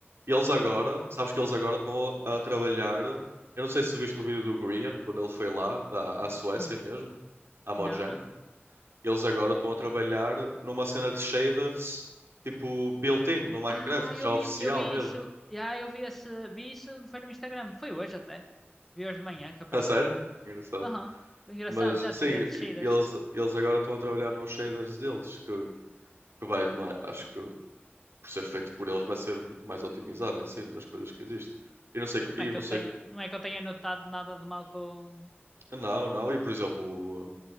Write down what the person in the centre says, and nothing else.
Ah,
hum,
Não, não.
Ah, eu
vi,
eu vi
isso. Ah, eu vi esse, vi isso, foi no Instagram, foi hoje até. Vi hoje de manhã
que apareceu-me.
Aham. Engraçado,
já
tinha descidas.
Não
é que
eu
tenha, não é que eu tenha notado nada de mal com.